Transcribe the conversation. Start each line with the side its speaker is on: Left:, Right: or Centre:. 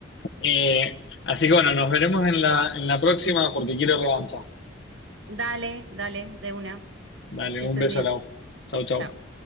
Left: Eh, así que bueno, nos veremos en la, en la próxima porque quiero revancha.
Right: Dale, dale, de una.
Left: Dale,
Right: Que
Left: un
Right: estés
Left: beso,
Right: bien.
Left: Lau. Chau, chau.
Right: Chao.